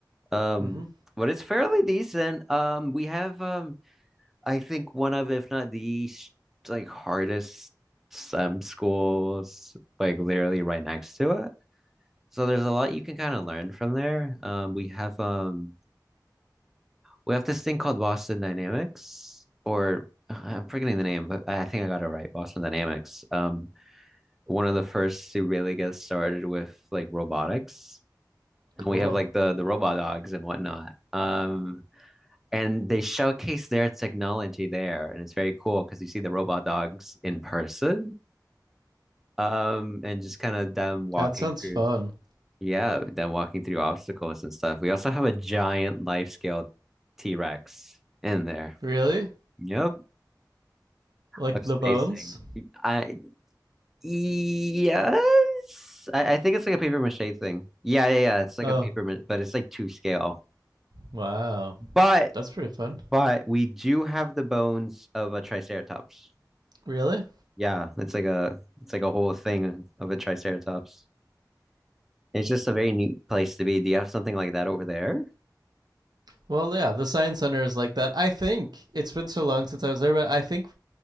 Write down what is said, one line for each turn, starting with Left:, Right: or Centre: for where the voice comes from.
Centre: Um,
Right: Mm-hmm.
Centre: but it's fairly decent. Um, we have um I think one of, if not the sh- like hardest STEM schools like literally right next to it. So there's a lot you can kind of learn from there. Um, we have um we have this thing called Boston Dynamics, or uh, I'm forgetting the name, but I think I got it right. Boston Dynamics. Um, one of the first to really get started with like robotics, and
Right: Cool.
Centre: we have like the the robot dogs and whatnot. Um, and they showcase their technology there, and it's very cool because you see the robot dogs in person, um, and just kind of them walking
Right: That sounds
Centre: through.
Right: fun.
Centre: Yeah, them walking through obstacles and stuff. We also have a giant life scale T-Rex in there.
Right: Really?
Centre: Yep.
Right: Like
Centre: of
Right: the
Centre: spacing.
Right: bones?
Centre: I yes, I, I think it's like a paper mache thing. Yeah, yeah, yeah. It's like
Right: Oh,
Centre: a paper, ma- but it's like two scale.
Right: wow.
Centre: But
Right: That's pretty fun.
Centre: but we do have the bones of a triceratops.
Right: Really?
Centre: Yeah, it's like a it's like a whole thing of a triceratops. It's just a very neat place to be. Do you have something like that over there?
Right: Well, yeah, the Science Center is like that. I think it's been so long since I was there, but I think